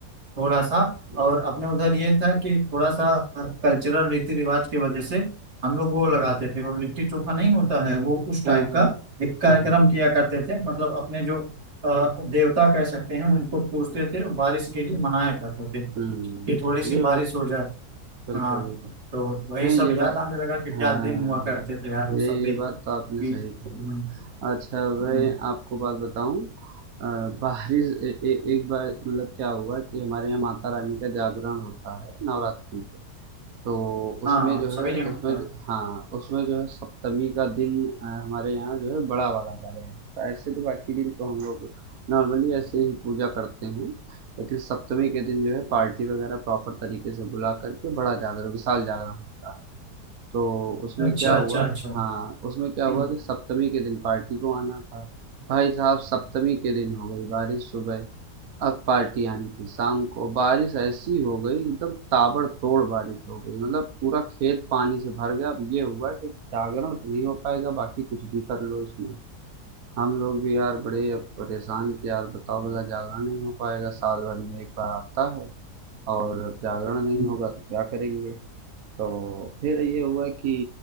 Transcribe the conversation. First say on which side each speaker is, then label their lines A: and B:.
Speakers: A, on the right; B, on the right.
A: थोड़ा सा और अपने उधर ये था कि थोड़ा सा कल्चरल रीति रिवाज की वजह से हम लोग वो लगाते थे वो लिट्टी चोखा नहीं होता है वो उस
B: हाँ
A: टाइप
B: हाँ
A: का एक कार्यक्रम
B: हाँ हाँ।
A: किया करते थे मतलब अपने जो अ, देवता कह सकते हैं उनको पूजते थे और बारिश के लिए मनाया करते थे
B: हम्म
A: कि थोड़ी सी
B: ये बात
A: बारिश हो जाए
B: बिल्कुल
A: हाँ तो वही
B: नहीं
A: सब
B: ये
A: याद
B: बात
A: आने लगा कि क्या
B: हाँ
A: दिन
B: हाँ,
A: हुआ करते थे यार वो
B: ये
A: सब
B: ये
A: भी कि
B: बात तो आपने सही कही
A: हम्म,
B: अच्छा
A: हम्म,
B: मैं आपको बात बताऊँ अ, बाहरी ए, ए, एक बार मतलब क्या हुआ कि हमारे यहाँ माता रानी का जागरण होता है नवरात्रि पे तो उसमें
A: हाँ हाँ,
B: जो
A: सभी
B: है
A: जगह होता
B: उसमें जो- हाँ उसमें जो है सप्तमी का दिन अ, हमारे यहाँ जो है बड़ा वाला जागरण होता है ऐसे तो बाकी दिन तो हम लोग नॉर्मली ऐसे ही पूजा करते हैं लेकिन सप्तमी के दिन जो है पार्टी वगैरह प्रॉपर तरीके से बुला करके बड़ा जागरण विशाल जागरण होता है तो उसमें
A: है अच्छा
B: क्या हुआ
A: अच्छा अच्छा
B: हाँ उसमें क्या
A: हम्म,
B: हुआ कि सप्तमी के दिन पार्टी को आना था भाई साहब सप्तमी के दिन हो गई बारिश सुबह अब पार्टी आनी थी शाम को बारिश ऐसी हो गई एकदम ताबड़तोड़ बारिश हो गई मतलब पूरा खेत पानी से भर गया अब ये हुआ कि जागरण तो नहीं हो पाएगा बाकी कुछ भी कर लो इसमें हम लोग भी यार बड़े अब परेशान कि यार बताओ भला जागरण नहीं हो पाएगा साल भर में एक बार आता है और अब जागरण नहीं
A: हम्म।
B: होगा तो क्या करेंगे तो फिर ये हुआ कि